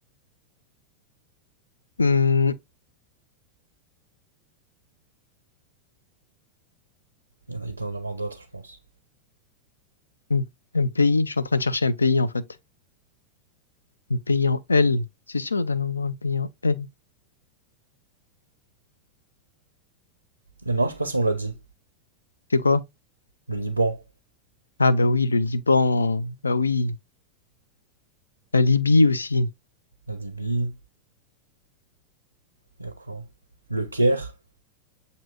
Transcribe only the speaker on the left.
Hmm,
un un pays. Je suis en train de chercher un pays en fait. Un pays en L. C'est sûr d'en avoir un pays en L.
C'est quoi?
Ah bah oui, le Liban. Bah oui. La Libye aussi.